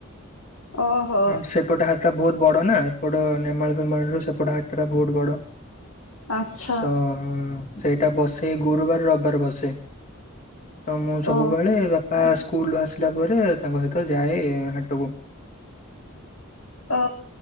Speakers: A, on the left; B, on the left.
A: ଓହୋ
B: ଆ ସେପଟେ ହା ହଟା ବହୁତ ବଡ ନା ଏପଟ ନେମାଳ ଫେମାଳ ର ସେପଟ ହାଟ ଟା ବହୁତ ବଡ।
A: ଆଚ୍ଛା
B: ତ ସେଇଟା ବସେ ଗୁରୁବାର ରବିବାର ବସେ। ତ ମୁଁ ସବୁବେଳେ
A: ଓ
B: ବାପା ସ୍କୁଲୁ ରୁ ଆସିଲା ପରେ ତାଙ୍କ ସହିତ ଯାଏ ହାଟକୁ।
A: ଓ